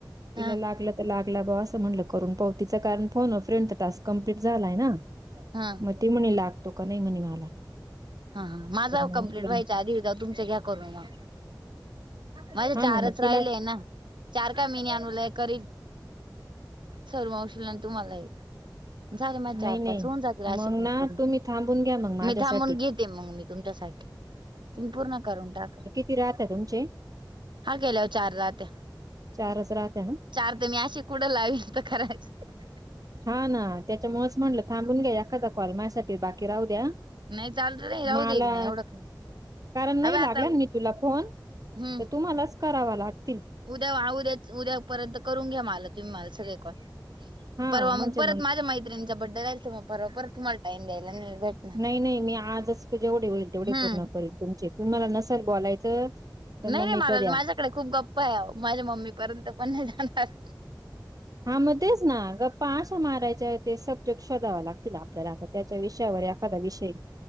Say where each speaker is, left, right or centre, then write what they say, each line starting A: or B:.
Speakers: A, on the right; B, on the right.
A: तिला
B: हा
A: लागला त र लागला बुवा असं म्हणलं करून पाहू तिचं कारण फोन अ फ्रेंडचा टास्क कंप्लीट झालाय ना
B: हा
A: मग ते म्हणे लागतो का नाही म्हणे मला
B: हा हा माझा
A: तर
B: आओ
A: मग
B: कंप्लीट व्हायच्या आधी एकदा तुमचं घ्या करूनू मग माझे
A: हा
B: चारच
A: ना मग
B: राहिलेय
A: तिला
B: ना चार का मीनी आणूला एक करीन सरू मावशील आणि तुम्हाला एक झाले माझ चार-पाच,
A: नाही नाही
B: होऊन जातील अशी
A: मग
B: पण
A: ना
B: पूर्ण,
A: तुम्ही थांबून घ्या मग माझ्यासाठी
B: मी थांबून घेते मग मी तुमच्यासाठी तुम्ही पूर्ण करून टाका.
A: तथिरात तुमचे
B: हा, केल्यावर चार रात्या
A: चारच राहत्या ना
B: चार ते मी अशी कुडं लावल त <unintelligible>
A: हा ना, त्याच्यामुळेच म्हटलं थांबून घ्या, एखादा कॉल माझ्यासाठी बाकी राहू द्या.
B: नाही चाल <unintelligible> नाही राऊ
A: मला
B: देईल नाही एवढं काय?
A: कारण नई
B: अबे आता
A: लागला न् मी तुला फोन,
B: हम्म
A: त तुम्हालाच करावा लागत
B: उद्या, आ उद्याच उद्या पर्यंत करून घ्या, मला तुम्ही मला सगळे काॅल.
A: हा
B: परवा
A: म्हणजे
B: मग परत माझ्या मैत्रिंचा बड्डे राहिल, त म परवा परत तुम्हाला टाइम द्यायला नई भेट
A: नई नई, मी आजच जेवढे होईल तेवढे
B: हम्म
A: पूर्ण करील तुमचे, तुमाला नसेल बोलायचं तर मग
B: नई नई,
A: मी
B: मला
A: कधी
B: न् माझ्याकडे खूप गप्पाय ओवो, माझ्या मम्मी पर्यंत पण नई जाणार.
A: हां, म तेच ना, गप् पश्व मारायच्या ते सब्जेक्ट शोधाव लागतील आपल्याला, आता त्याच्या विषयावर एखादा विषय